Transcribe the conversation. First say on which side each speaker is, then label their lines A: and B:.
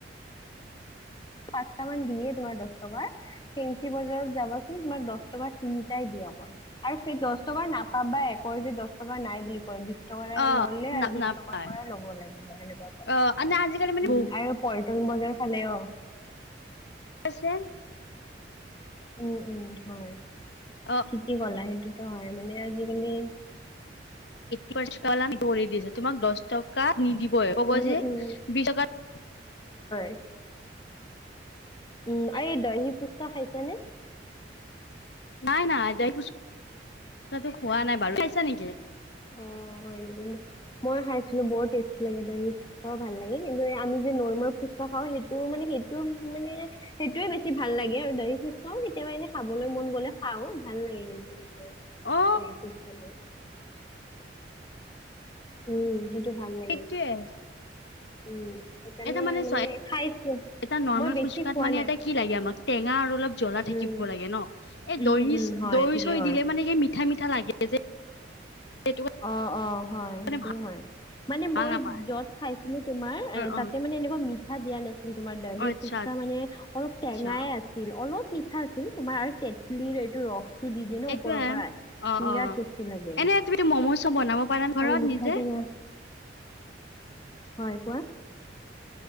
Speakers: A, on the left; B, on the left.
A: পাঁচটা মান দিয়ে তোমাৰ দহ টকা ফেঞ্চি বজাৰত যাবা চোন উম তোমাক দহ টকা তিনিটাই দিয়ক আৰু সেই দহ টকাৰ নাপাবাই কয় যে দহ টকা নাই বুলি কয় বিশ সেইকাৰণে
B: অ',
A: অলে আৰ
B: না
A: বিচ
B: নাপায়
A: টকা পৰাই ল'ব লাগিব তেনেকুৱা কয়
B: অ', আজিকালি মানে
A: উম আৰু প বজাৰ ফালে অহ
B: আছে
A: উম উম হয়
B: অ
A: কি কি কলে সেইতো হয় মানে আজিকালি
B: ফাৰ্ষ্ট তলামি কৰি দিছে তোমাক দহ টকা নিদিবই
A: উম
B: ক'ব যে
A: উম উম
B: বিশ টকাত
A: <unintelligible> উম আৰু দৈহি ফুচকা খাইছা নে
B: নাই নাই দৈহি ফুচকাতো ফুচকাতো খোৱা বাৰু খাইছা নেকি
A: অহ হয় নেকি মোক মই খাইছিলো বৰ টেষ্টি লাগে দৈহি ফুচকাও ভাল লাগে কিন্তু আমি যে নৰ্মেল ফুচকা খাওঁ সেই টো মানে সেইটোৰ মানে সেইটোয়ে বেছি। বেছি ভাল লাগে আৰু দহি ফোচকাও কেতিয়াবা এনে খাবলৈ মন গ'লে খাও ভাল লাগে কিন্তু। তো
B: অ
A: দহি ফুচকাটো। উম সেইটো ভাল লাগে
B: সেইটোয়ে
A: উম সেইকাৰণে
B: এটা
A: মানে
B: চোৱা
A: খাইছো
B: এটা নৰ্মেল
A: মই বেছি
B: ফুচকাত
A: খোৱা
B: মানে
A: নাই
B: এটা কি লাগে আমাক টেঙা আৰু অলপ জ্বলা থাকিব
A: উম,
B: লাগে ন এই
A: উম,
B: দহি
A: উম, হয়
B: দৈ
A: ঠিকেই
B: চৈ
A: বাৰু।
B: দিলে মানে সেই মিঠা মিঠা লাগে যে সেইটো
A: অহ অহ হয়
B: কাৰণে
A: সেইটো
B: ভাল
A: হয় মানে মই
B: নাপায়
A: যত খাইছিলো তোমাৰ এ
B: অ অ
A: তাতে মানে এনেকোৱা মিঠা দিয়া নাছিল তোমাৰ দৈহি
B: আচ্ছা
A: ফুচকা মানে অলপ
B: আচ্ছা
A: টেঙাই আছিল অলপ মিঠা আছিল তোমাৰ তেঁতলিৰ এইটো ৰস বস্তু দি দিয়ে ন
B: এইটোয়ে
A: ওপৰৰ পৰা
B: অ
A: বিৰাট
B: অ
A: টেষ্টি লাগে
B: এনে তুমিতো ম'ম' চব বনাব পাৰ ন
A: আৰু
B: ঘৰত
A: মিঠা
B: নিজে
A: টেঙা হয় কোৱা